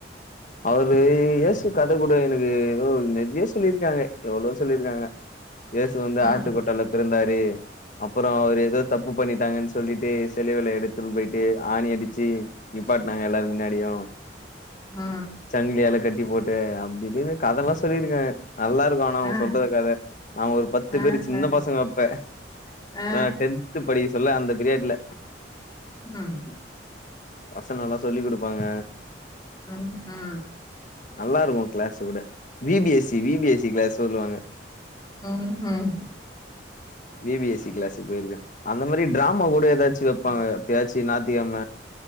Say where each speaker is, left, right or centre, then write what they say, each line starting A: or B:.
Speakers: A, on the left (about 45°); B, on the left (about 20°).
A: அவரு இயசு கதை கூட எனக்கு ஏதோ நெறைய சொல்லி இருக்காங்க எவ்ளோ சொல்லியிருக்காங்க இயேசு வந்து
B: ம்
A: ஆட்டுக்கோட்டால பிறந்தாரு அப்ரோ அவர் ஏதோ தப்பு பண்ணிட்டாங்கன்னு சொல்லிட்டு சிலுவேல எடுத்துன்னு போயிட்டு ஆணி அடிச்சி நிப்பாட்னாக எல்லாரு முன்னாடியு
B: ஆ
A: சங்கிலியால கட்டி போட்டு அப்டி இப்டின்னு கத எல்லா சொல்லியிருக்காக நல்லா இருக்கு ஆனா அவங்க
B: ஆ
A: சொல்ற கத நா ஒரு பத்து
B: ஆ
A: பேரு சின்ன
B: ஆ
A: பசங்க அப்பே
B: ஆ
A: நா டென்த் படி சொல்ல அந்த பிரியாட்ல
B: உ உம்
A: வசன எல்லா சொல்லி குடுப்பாங்க
B: அம் ஹா
A: நல்லா இருக்கு கிளாஸ் கூட விபிஎஸ்சி விபிஎஸ்சி கிளாஸ் சொல்லுவாங்க
B: உ ம்
A: விபிவிஎஸ் கிளஸ்க்கு போயிருக்க அந்த மாதிரி டிராமா கூட ஏதாச்சும் வைப்பாங்க எபாச்சி நாத்திகிழம